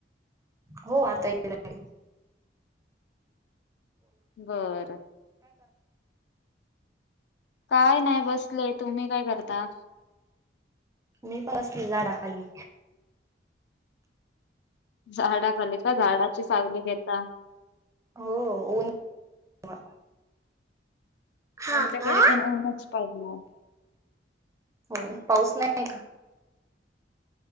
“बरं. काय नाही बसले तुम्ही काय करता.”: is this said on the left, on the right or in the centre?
Left